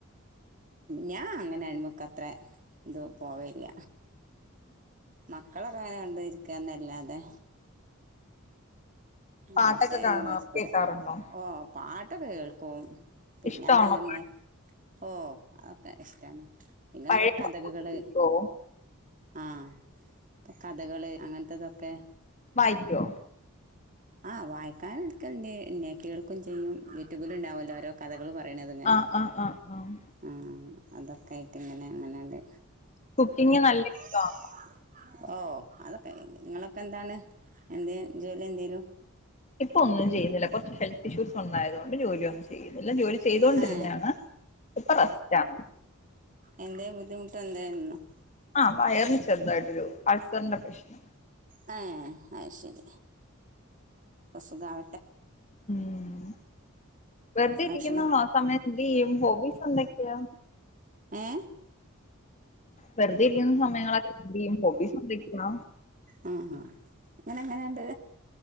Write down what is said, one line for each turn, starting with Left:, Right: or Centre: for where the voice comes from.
Right: ഞാൻ അങ്ങനെ ആണ്മക്ക് അത്ര ഇത് പോവെല്ല മക്കളൊക്കെ അങ്ങനെ കണ്ട് ഇരിക്കാന്നല്ലാതെ
Left: പാട്ടൊക്കെ
Right: അടുത്തായൊന്നും
Left: കാണാ
Right: പോയി ഇരിക്കൂല
Left: കേൾക്കാറുണ്ടോ
Right: ഓഹ് പാട്ടൊക്കെ കേൾക്കും പിന്നെ
Left: ഇഷ്ടമാണോ
Right: അതു പിന്നെ ഓഹ് ഇഷ്ടമാണ് പിന്നെ
Left: പഴയ
Right: ഓരോ കഥകുകള്
Left: പാട്ടൊക്കെ കേൾക്കുവോ
Right: ആഹ ഇപ്പൊ കഥകള് അങ്ങനത്തോതൊക്കെ
Left: വായിക്കോ
Right: ആഹ് വായിക്കാൻ എടുക്കൽ ണ്ട് കേൾക്കും ചെയ്യും യൂട്യൂബിൽ ഉണ്ടാവല്ലോ ഓരോ കഥകൾ പറ പറണത്ങ്ങനെ
Left: ആഹ് ആഹ് ആഹ് ആഹ്
Right: ആ അതൊക്കെ ആയിട്ട് ഇങ്ങനെ അങ്ങനെയാണ്ട്
Left: കുക്കിങ് നല്ല ഇഷ്ടമാണ്
Right: മ് <inaudible> ഓ അതൊക്കെ നിങ്ങളൊക്കെ എന്താണ് എന്ധെ ജോലി എന്ധെലും
Left: ഇപ്പൊ ഒന്നും ചെയ്യുന്നില്ല കുറച്ച് ഹെൽത്ത് ഇഷ്യൂസ് ഉണ്ടായത് കൊണ്ട് ജോലിയ ഒന്നും ചെയ്യുന്നില്ല ജോലി ചെയ്തൊണ്ടിരുന്നതാണ്
Right: ഏ
Left: ഇപ്പൊ റെസ്റ്റ് ആണ്
Right: എന്ധെ ബുദ്ധിമുട്ട് എന്തെങ്കിലും ണ്ടോ
Left: ആഹ് വയറിന് ചെറുതായിട്ടൊരു അൾസറിന്റെ പ്രശ്നം
Right: ഹ അയ് ശരി സുകാവ
Left: ഉം വെറുതെ
Right: ഭക്ഷണം
Left: ഇരിക്കുമ്പോ ആ സമയം എന്ത് ചെയ്യും ഹോബീസ് എന്തൊക്കെയാ
Right: ഏ
Left: വെറുതെ ഇരിക്കുന്ന സമയങ്ങളൊ എ ഹോബി <unintelligible>
Right: ആഹ ഇങ്ങന എങ്ങനെയുണ്ട്